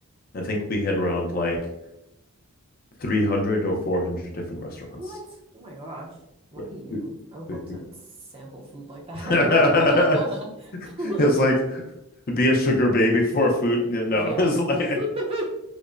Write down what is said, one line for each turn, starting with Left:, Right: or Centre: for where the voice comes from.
Left: I think we had around like 300 or 400 different restaurants.
Right: What? Oh my gosh. Lucky
Left: Yeah.
Right: you.
Left: We-
Right: I would love
Left: we-
Right: to
Left: we-
Right: sample food like that.
Left: <laughs> It's like
Right: <laughs>
Left: be a sugar baby for food. Yeah, No,
Right: Yes.
Left: <laughs> it's like
Right: <laughs>